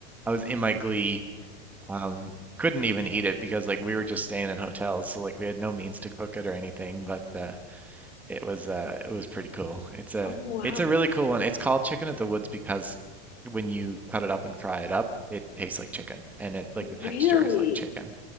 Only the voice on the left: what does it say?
oh, wow.
Really?